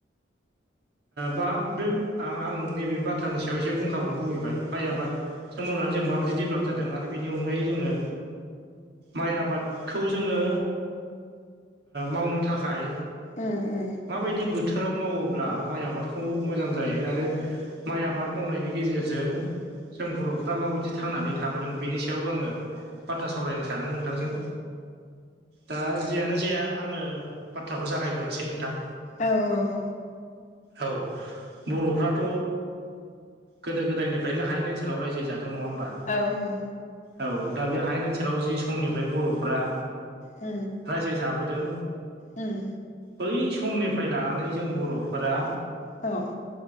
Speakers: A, on the right; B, on the left.
A: बा बे आं नैबे बाथ्रानि सायाव एसे बुंखाबावनो लुबैबाय माइ आबादखौ मावनानै जों माबायदि डेभेलप जादों आरो बेनि अनगायै जोङो माइ आबादखौ जोङो मावनो थाखाय
B: ओ ओ
A: माबायदि बोथोराव मावोब्ला माइ आबादखौ मोजां जायो आरो माइ आबाद मावनायनि गेजेरजों जों बर'फ्रा माबायदि थांनानै थाबोदों बेनि सायावबो आङो बाथ्रा सावरायनो सानो नोंथांजों दा जेयानो जाया आङो बाथ्राखौ जागायग्रोनोसै नोंथां
B: औ औ
A: औ बर'फ्राथ' गोदो गोदायनिफ्रायनो हाय बे ओनसावायजो रायजो जादों नङा होनबा
B: औ औ
A: औ दा बे हायेन ओनसोलाव जि समनिफ्राय बर'फोरा
B: ओ
A: रायजोे जाबोदों
B: उम
A: बै समनिफ्राय लानानै जों बर'फोरा
B: औ